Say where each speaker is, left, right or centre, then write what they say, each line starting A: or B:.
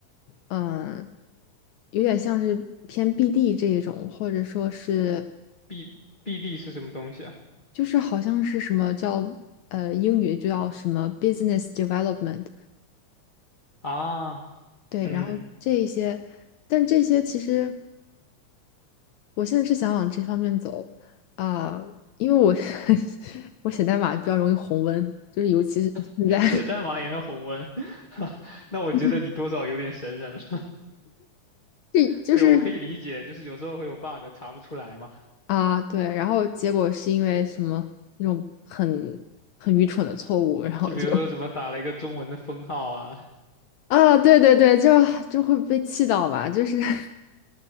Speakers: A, on the left (about 75°); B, on the left (about 20°).
A: 嗯，有点像是偏 BD 这一种，或者说是
B: B BD 是什么东西啊？
A: 就是好像是什么叫呃英语就叫什么 business development，
B: 啊，
A: 对，
B: 嗯。
A: 然后这一些，但这些其实。我现在是想往这方面走啊，因为我 <laughs> 我写代码比较容易红温，就是尤其是现在，
B: <laughs> 写代码也能红温，<laughs> 那我觉得你多少有点神人了。
A: <laughs> 这就是
B: <laughs> 对，我可以理解，就是有时候会有 bug 查不出来嘛。
A: 啊，对，然后结果是因为什么那种很很愚蠢的错误，然后就
B: 就比如说什么打了一个中文的分号啊，
A: <laughs> 啊，对对对，就就会被气到吧，就是 <laughs>